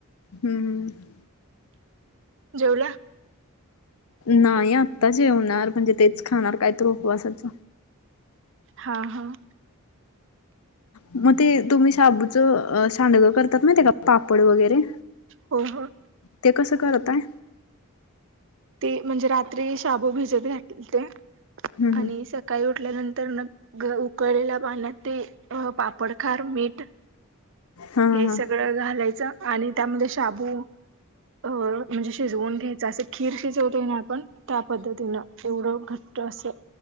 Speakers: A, on the left (about 80°); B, on the right (about 60°).
A: हम्म्म हम्म्म.
B: जेवल्या?
A: नाही आता जेवणार म्हणजे तेच खाणार काय तर उपवासाच.
B: हां हां.
A: मगं ते तुम्ही शाबूचं सांडगं करतात माहितीय काय पापड वगैरे
B: हो हो
A: ते कसं करताय?
B: ते म्हणजे रात्री शाबू भिजत घालत्या
A: हम्म
B: आणि स काळी उठल्यानंतर न गं उकळलेल्या पाण्यात ते पापड, खार, मीठ
A: हा
B: हे
A: हा
B: सगळं घालायचं. आणि त्यामध्ये शाबू अं म्हणजे शिजवून घ्यायचं असे खीर शिजवतोय ना आपण त्या पद्धतीनं एवढं घट्ट अस